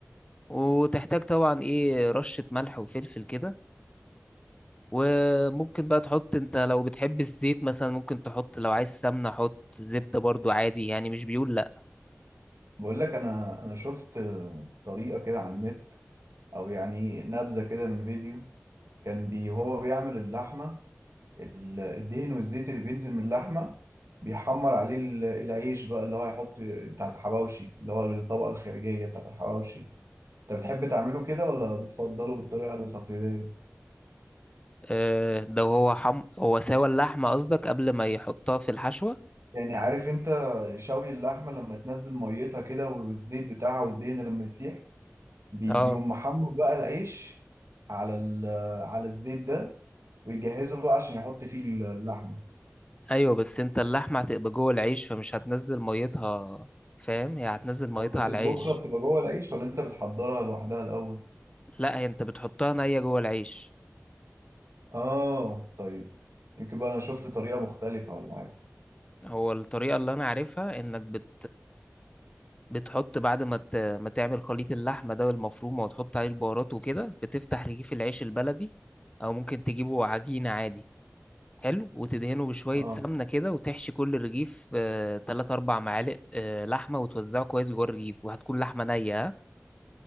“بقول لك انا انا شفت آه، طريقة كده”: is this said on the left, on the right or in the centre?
Right